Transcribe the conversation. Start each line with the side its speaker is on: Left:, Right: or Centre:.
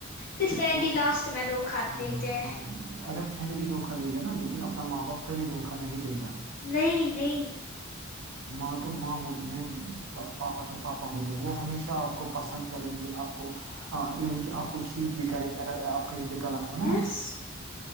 Left: پھر فنڈی
Right: اور
Left: لاسٹ میں دو کھاتے
Right: ہاں
Left: تھے
Right: ہاں اگر فنڈ بھی دوکا دے گا نا لیکن اپنا ماں باپ کا بھی دھوکا دے گا
Left: نہیں نہیں
Right: ماں تو ماں ہوتی ہیں پاپا تو پاپا ہوتے ہیں وہ ہمیشہ آپ کو پسند کریں گے آپ کو ایون کہ آپ کو ٹھیک ٹھیک بھی کریں گے اگر آپ کہیں پہ غلط ہو نا
Left: یس